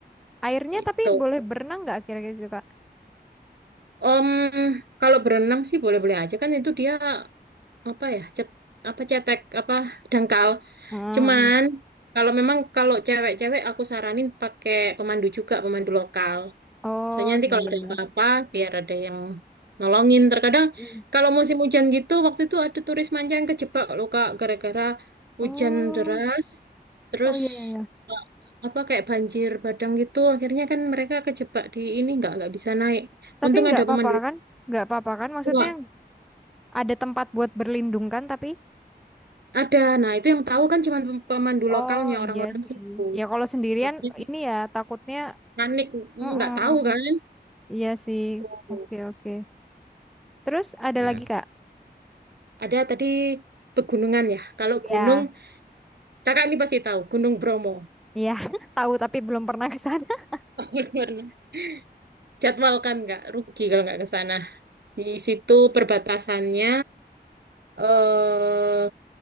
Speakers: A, in the centre; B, on the right (about 70°).
A: Airnya
B: gitu
A: tapi boleh berenang nggak kira-kira gitu, Kak?
B: Om kalau berenang sih boleh-boleh aja kan itu dia apa ya cet apa cetek apa dangkal
A: Mm.
B: cuman kalau memang kalau cewek-cewek aku saranin pakai pemandu juga pemandu lokal
A: Oh,
B: Soalnya nanti
A: ya
B: kalau
A: ya
B: ada
A: ya.
B: apa-apa, biar ada yang nolongin. Terkadang
A: Mm.
B: kalau musim hujan gitu, waktu itu ada turis manca yang kejebak loh Kak, gara-gara hujan
A: Oh,
B: deras, terus
A: oh ya ya ya.
B: eh, apa kayak banjir bandang gitu. Akhirnya kan mereka kejebak di ini nggak nggak bisa naik.
A: Tapi
B: Untung
A: nggak
B: ada
A: apa-apa
B: pemandu
A: kan? Nggak apa-apa kan? Maksudnya
B: lokal.
A: Ada tempat buat berlindung kan tapi
B: Ada. Nah itu yang tahu kan cuma pem- pemandu lokalnya
A: oh
B: orang-orang
A: iya sih.
B: situ.
A: Ya kalau sendirian
B: Makanya
A: ini ya takutnya
B: panik
A: mm
B: nggak tahu kan.
A: Iya sih.
B: Tuh.
A: Oke oke. Terus ada
B: Nah
A: lagi Kak?
B: ada tadi pegunungan ya. Kalau
A: Ya,
B: gunung Kakak ini pasti tahu Gunung Bromo.
A: iya <laughs> tahu tapi belum pernah ke sana. <laughs>
B: Bener-bener. <laughs> Jadwalkan nggak rugi kalau nggak ke sana. Di situ perbatasannya eh